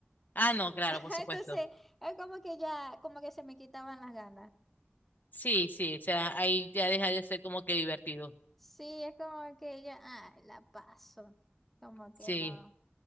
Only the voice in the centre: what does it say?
<laughs>
Entonces, es como que ya, como que se me quitaban las ganas.
Sí, es como que ya, ay, la paso. Como
que no.